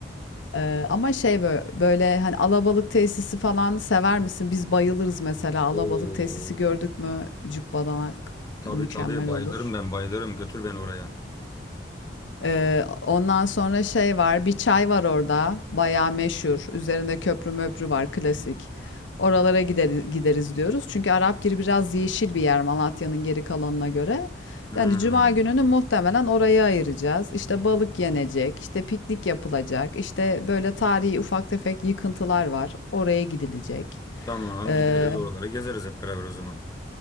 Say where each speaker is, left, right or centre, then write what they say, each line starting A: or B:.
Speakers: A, on the left; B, on the left.
A: Ee, ama şey böyle, böyle hani alabalık tesisi falan sever misin biz bayılırız mesela alabalık
B: Oo.
A: tesisi gördük mü cübbadanak
B: Tabii
A: mükemmel
B: tabii bayılırım
A: olur
B: ben bayılırım. Götür beni oraya.
A: Ee, ondan sonra şey var, bir çay var orada, bayağı meşhur. Üzerinde köprü möprü var, klasik. Oralara gideriz, gideriz diyoruz. Çünkü Arapgiri biraz yeşil bir yer Malatya'nın geri kalanına göre.
B: Hmm.
A: Yani cuma gününü muhtemelen oraya ayıracağız. İşte balık yenecek, işte piknik yapılacak, işte böyle tarihi ufak tefek yıkıntılar var. Oraya gidilecek.
B: Tamam
A: Ee,
B: gideriz oraları gezeriz hep beraber o zaman.